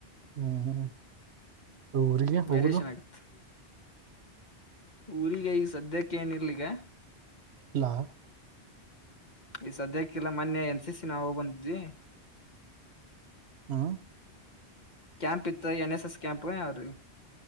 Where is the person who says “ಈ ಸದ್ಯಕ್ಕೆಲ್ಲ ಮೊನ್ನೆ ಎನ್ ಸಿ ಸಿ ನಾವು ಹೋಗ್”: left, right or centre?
Left